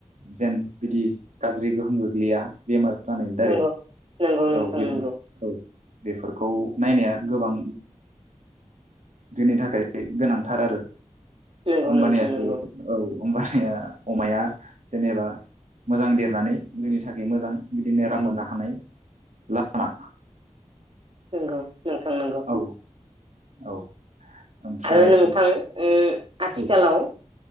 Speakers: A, on the right; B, on the right.
A: जेन बिदि गाज्रि गोहोम गोग्लैया बेमार जानाय दारै
B: नंगौ नंगौ
A: औ
B: नोंथां
A: बे
B: नंगौ
A: औ। बेफोरखौ नायनाया गोबां जोंनि थाखाय गोनांथार आरो।
B: नंगौ
A: होमबानियासो
B: नोंथां नंगौ
A: औ। होमबानिया अमाया जेनेबा मोजां देरनानै जोंनि थाखाय मोजां बिदिनो रां मोननो हानाय लामा।
B: नंगौ। नोंथां नंगौ।
A: औ औ। ओमफ्राय
B: आरो नोंथां उम आथिखालाव
A: औ